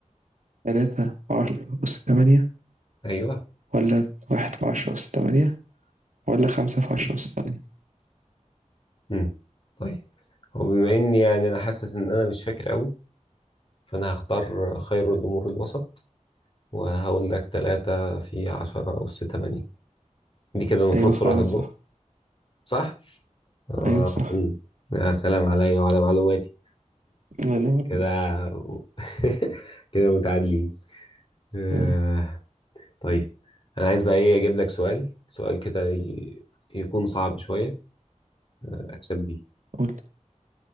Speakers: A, on the right (about 75°); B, on the left (about 40°).
A: تلاتة في عشرة أس تمانية
B: ايوه
A: ولا واحد في عشرة أس تمانية ولا خمسة في عشرة أس تمانية
B: امم طيب هو بما اني يعني انا حاسس ان انا مش فاكر قوي فانا هختار خير الامور الوسط وهقول لك تلاتة في عشرة أس تمانية دي كده المفروض
A: أيوة
B: سرعة
A: فعلا
B: الضوء
A: صح
B: صح؟ اه
A: أيوة صح
B: يا سلام عليا وعلى معلوماتي
A: الله ينور
B: كده <laughs> كده متعادلين آه،
A: آه،
B: طيب انا عايز بقى ايه اجيب لك سؤال سؤال كده ي- يكون صعب شوية اكسب بيه
A: قول